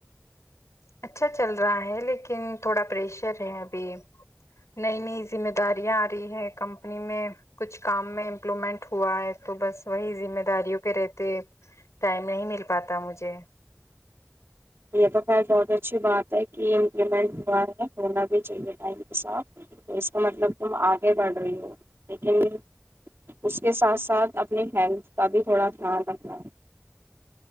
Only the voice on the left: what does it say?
اچھا چل رہا ہے لیکن تھوڑا پریشر ہے ابھی نئی نئی ذمہ داریاں آ رہی ہے کمپنی میں کچھ کام میں امپلومنٹ ہوا ہے تو بس وہی ذمہ داریوں کے رہتے ٹائم نہیں مل پاتا مجھے